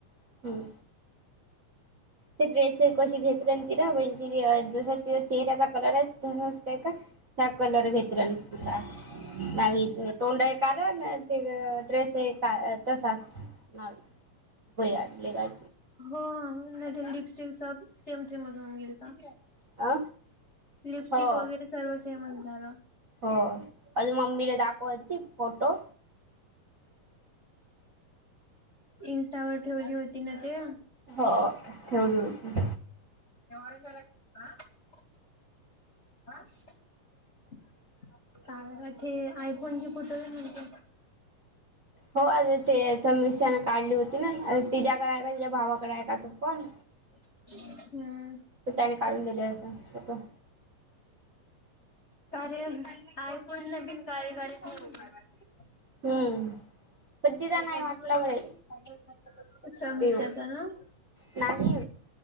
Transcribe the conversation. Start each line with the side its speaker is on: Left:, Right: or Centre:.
Right: हम्म ते ड्रेस ये कशी घेतले तिरा <unintelligible> जसा तिच्या चेहऱ्याचा कलर हाय. तसाच हाय का त्या कलर घेतरन <unintelligible> तोंडा हाय कारन ते ड्रेस हे का अ तसाच ना <unintelligible> काय
Left: हो नाय तर लिपस्टिक स सेम सेमज होऊन गेलतं.
Right: अ
Left: लिपस्टिक
Right: हो
Left: वगैरे सर्व सेमच झालं.
Right: हो आधी मम्मीला दाखवती फोटो
Left: इंस्टावर ठेवली होती ना ते
Right: हो ठेवली होती.
Left: <unintelligible> <inaudible> कारन ते आयफोनची फोटो ते
Right: हो अरे ते समीशान काढली होती ना अरे तिज्याकडे हाय का तिच्या भावाकडे हाय का तो फोन.
Left: हम्म.
Right: तर त्याने काढून दिले असं फोटो.
Left: चालेल आयफोन ने बिन कार्यकारी. <unintelligible>
Right: हम्म. पण तिला
Left: ते
Right: नाय
Left: समजलं
Right: वाटलं
Left: तर
Right: व्हंय
Left: पाहिजे समीक्षाचा
Right: तेव
Left: ना
Right: नाही.